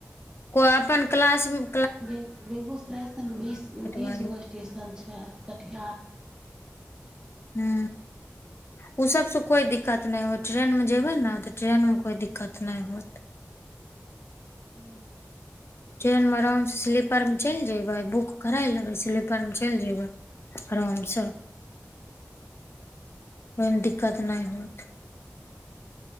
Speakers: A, on the left (about 55°); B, on the right (about 15°).
A: को अपन क्लाासमें
B: बे बेगूसरायसँ ने बीस बीसगो
A: वाली
B: स्टेशन छैय कटिहार
A: ह ओ सब सु कोय दिक्कत नहि हो ट्रेनमे जेबै ने तऽ ट्रेनमे कोइ दिक्कत नहि होत
B: <inaudible>
A: ट्रेन मे आराम से स्लीपर में चलि जेबै बुक कराय लेबै स्लीपर में चलि जेयबै आराम अचछा ओहिमे दिक्कत नहि होत